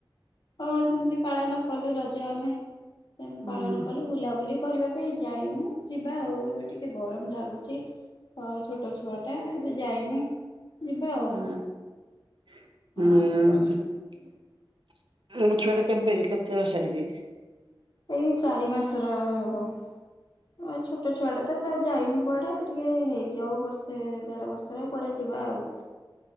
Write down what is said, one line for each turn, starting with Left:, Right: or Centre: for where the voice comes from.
Left: ତ ସେମିତି ପାଳନ କଲୁ ରଜ ଆମେ ସେମିତି
Right: ହୁଁ
Left: ପାଳନ କଲୁ ବୁଲାବୁଲି। କରିବା ପାଇଁ ଯାଇନୁ ଯିବା ଆଉ ଏବେ ଟିକେ ଗରମ ଲାଗୁଛି। ତ ଛୋଟ ଛୁଆ ଟା ଏବେ ଯାଇନି ଯିବା ଆଉ।
Right: ହଁ ହୁଁ।
Left: ଆଉ କଣ
Right: ମୁଁ କଇଲି ଛୁଆଟା କେବେ କି କେତେ ବର୍ଷର କି?
Left: ଏଇ ଚାରି ମାସର ହବ ଆଉ ଛୋଟ ଛୁଆଟା। ତ ଯାଇନି କୁଆଡେ ଟିକେ ହେଇଯାଉ ବର୍ଷେ ଦେଢ ବର୍ଷର କୁଆଡେ ଯିବା ଆଉ।